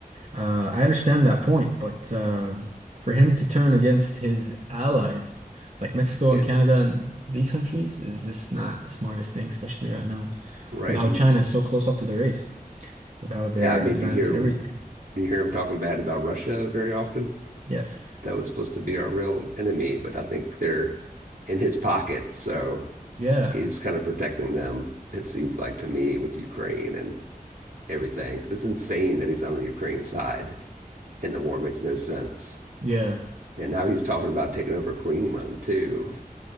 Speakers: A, on the right; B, on the right.
A: Uh, I understand that point, but um, for him to turn against his allies like Mexico
B: yeah,
A: and Canada and these countries is just not the smartest thing, especially right now
B: right.
A: with how
B: He's
A: China is so close up to the race, with how they're
B: yeah, I mean
A: advanced
B: do you hear
A: in everything.
B: do you hear him talking bad about Russia very often?
A: Yes.
B: that was supposed to be our real enemy, but I think they're in his pocket, so
A: Yeah.
B: he's kind of protecting them. It seems like to me with Ukraine and everything. 'Cause it's insane that he's on Ukraine's side, and the war makes no sense.
A: Yeah.
B: And now he's talking about taking over Greenland too,